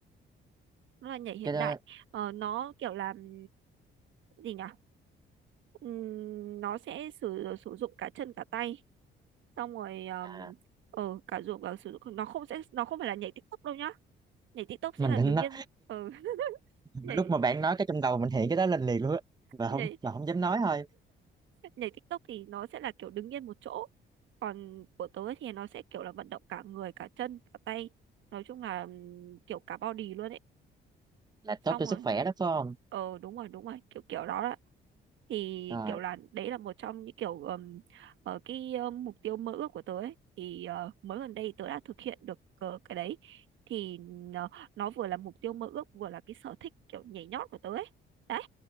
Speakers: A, on the right; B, on the right.
A: nó là nhảy hiện
B: cái đó
A: đại. Ờ, nó kiểu là ừm, gì nhỉ? Ừm, nó sẽ sử sử dụng cả chân cả tay, xong rồi ừm,
B: à,
A: ờ cả dụng cả sử dụng nó không sẽ nó không phải là nhảy TikTok đâu nhá. Nhảy TikTok sẽ
B: mình
A: là
B: định
A: đứng
B: nói
A: yên ờ, <laughs>
B: <laughs>
A: nhảy
B: lúc mà bạn nói cái trong đầu mình hiện cái đó lên liền luôn á mà
A: nhảy
B: không và không dám nói thôi
A: nhảy TikTok thì nó sẽ là kiểu đứng yên một chỗ còn của tớ ấy thì nó sẽ kiểu là vận động cả người cả chân cả tay nói chung là ừm, kiểu cả body luôn ấy
B: là
A: xong
B: tốt cho sức
A: rồi
B: khỏe đó phải không
A: ờ đúng rồi đúng rồi kiểu kiểu đó thì
B: rồi
A: kiểu là đấy là một trong những kiểu ừm, ờ, cái ờ, mục tiêu mơ ước của tớ ấy thì ờ, mới gần đây tớ đã thực hiện được ờ, cái đấy thì nó, nó vừa là mục tiêu mơ ước vừa là cái sở thích kiểu nhảy nhót của tớ ấy đấy